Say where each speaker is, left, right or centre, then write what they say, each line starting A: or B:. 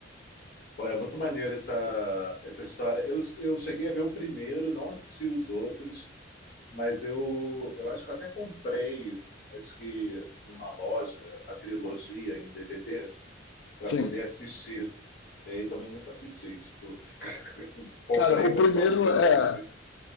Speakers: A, on the left; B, on the left.
A: Pô, é muito maneiro essa, essa história. Eu, eu cheguei a ver o primeiro, não assisti os outros, mas eu, eu acho que eu até comprei, acho que numa loja, a trilogia em DVD. para
B: Sim.
A: poder assistir. E aí também nunca assisti, tipo, <laughs> comprei
B: Cara, o
A: para
B: primeiro
A: tipo, ah, um dia
B: é.
A: eu vou assistir.